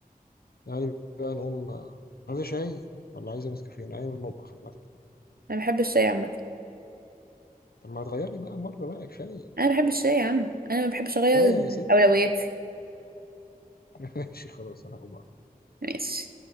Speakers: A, on the left (about 85°); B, on the right (about 80°).
A: يعني بقى نقوم آه، عايزة شاي ولا عايزة نسكافيه أنا عايز المطبخ مثلا
B: انا بحب الشاي عامه
A: طب ما تغيري بقى مرة بقى كفاية
B: انا بحب الشاي يا عم انا ما بحبش اغير
A: كفاية يا ستي
B: اولوياتي
A: <laughs> ماشي خلاص أنا هقوم أعمل.
B: ماشي